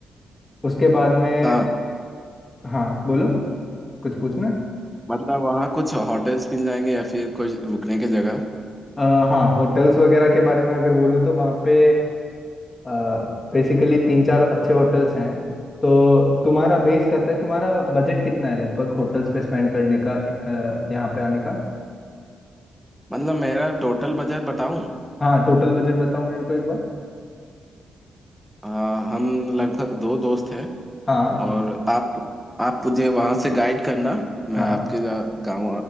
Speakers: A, on the left; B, in the centre.
A: उसके बाद में
B: हाँ
A: हाँ बोलो कुछ पूछना है?
B: मतलब वहाँ कुछ होटल्स मिल जाएंगे या फिर कुछ रुकने की जगह
A: अ, हाँ होटल्स वगैरह के बारे में अगर बोलूँ तो वहाँ पे बेसिकली तीन चार अच्छे होटल्स हैं तो तुम्हारा बेस करता है तुम्हारा बजट कितना है लगभग होटल्स पे स्पेंड करने का अ, यहाँ पे आने का
B: मतलब मेरा टोटल बजट बताऊं
A: हाँ टोटल बजट बताओ मेरे को एक बार
B: अ, हम लगभग दो दोस्त हैं
A: हाँ
B: और आप आप मुझे वहाँ से गाइड करना
A: हाँ
B: मैं आपके गांव